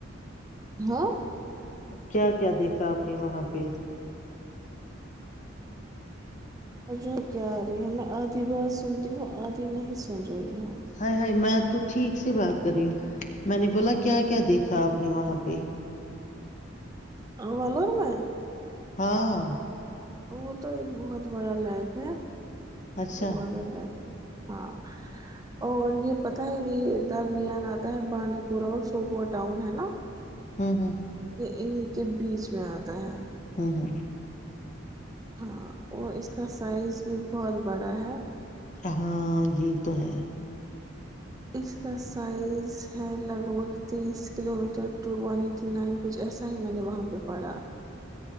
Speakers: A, on the right (about 20°); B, on the left (about 40°).
A: ہاں <inaudible>
B: کیا کیا دیکھا آپ نے وہاں پہ
A: ج کیا آ رہی ہے میں آدھی بات سنتی ہوں آدھی نہیں سن رہی ہوں
B: ہائے ہائے میں تو ٹھیک سے بات کر رہی ہوں میں نے بولا کیا کیا دیکھا آپ نے وہاں پہ
A: ا ولور میں <unintelligible>
B: ہاں <inaudible>
A: وہ تو ایک بہت بڑا لائیک ہے
B: اچھا
A: جو بالر لائ <unintelligible> ہاں اور یہ پت ہے یہ درمیان آتا ہے بانڈی پورہ اور سوپور ٹاؤن ہے نا
B: ہوں ہوں
A: انیں کے بیچ میں آتا ہے
B: ہاں ہاں
A: ہاں اور اس کا سائز بھی بہت بڑا ہے
B: ہاں یہ تو ہے
A: اس کا سائز ہے لگ بھگ تیس kilometre two one eighty nine کچھ ایسا ہی میں نے وہاں پہ پڑھا